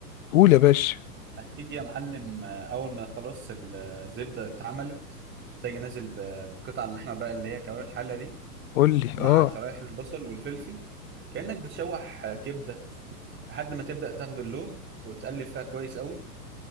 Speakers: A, on the left; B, on the right.
A: قول يا باشا
B: هتيجي يا معلم آه، أول ما خلاص ال- الزبدة اتعملت هتيجي نازل ب- بقطع اللحمة بقى اللي هي كوارع الحلة دي
A: قول لي
B: مع
A: اه
B: شرايح البصل والفلفل كأنك بتشوح آه، كبدة لحد ما تبدأ تاخد اللون وتقلب فيها كويس قوي